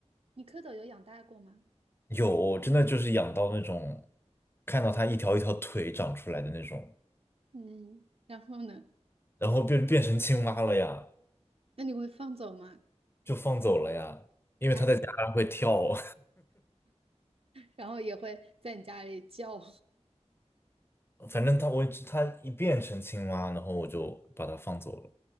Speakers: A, on the right; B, on the left.
A: 你蝌蚪有养大过吗？
B: 有，真的就是养到那种，看到它一条一条腿长出来的那种，
A: 嗯，然后呢？
B: 然后变变成青蛙了呀，
A: 那你会放走吗？
B: 就放走了呀，
A: 它
B: 它还会跳。
A: 然后也会在你家里叫，
B: 反正它我它一变成青蛙，然后我就把它放走了。